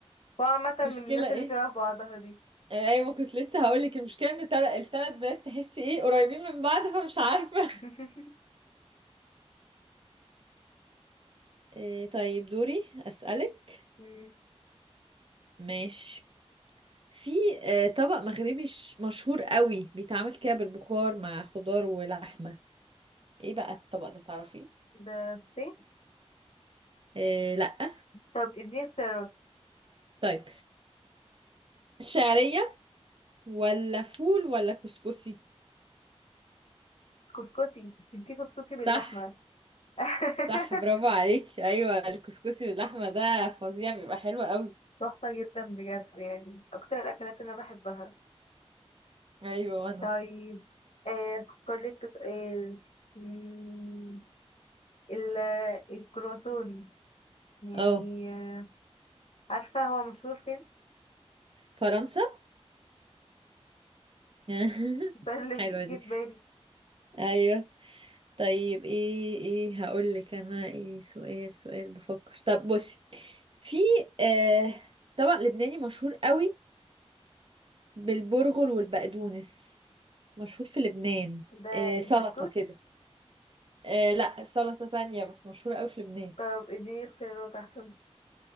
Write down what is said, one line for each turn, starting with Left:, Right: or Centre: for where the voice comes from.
Left: هو عامة
Right: مشكلة
Left: من الناس اللي
Right: ايه
Left: شبه بعضها دي
Right: آه، ايوه ما كنت لسه هقولك المشكلة ان تل- التلات بلاد تحسي ايه قريبين من بعض فمش عارفة <laughs>
Left: <laughs>
Right: آه، طيب دوري اسألك
Left: مم.
Right: ماشي في آه، طبق مغربي ش- مشهور قوي بيتعمل كده بالبخار مع خضار ولحمة ايه بقى الطبق ده تعرفيه
Left: ده الصين
Right: آه، لأ
Left: طب اديني اختيارات
Right: طيب شعرية ولا فول ولا كسكسي
Left: كسكسي عشان في كسكسي باللحمة
Right: صح
Left: <laughs>
Right: صح برافو عليك ايوه الكسكسي باللحمه ده فظيع بيبقى حلو قوي
Left: تحفة جدا بجد يعني أكتر الأكلات اللي أنا بحبها
Right: ايوه وانا
Left: طيب آه، أفكر لك في سؤال مم، ال- الكرواسون يعني
Right: اه
Left: آه، عارفة هو مشهور فين؟
Right: فرنسا <laughs>
Left: ده اللي
Right: حلوه
Left: جه
Right: دي
Left: جه في بالي
Right: ايوه طيب ايه ايه هقول لك انا ايه سؤال سؤال بفكر طب بصي في آه طبق لبناني مشهور قوي بالبرغل والبقدونس مشهور في لبنان
Left: ده
Right: آه
Left: الفتوش
Right: سلطة كده آه لا سلطة تانية بس مشهورة قوي في لبنان
Left: طب دي اختيارات احسن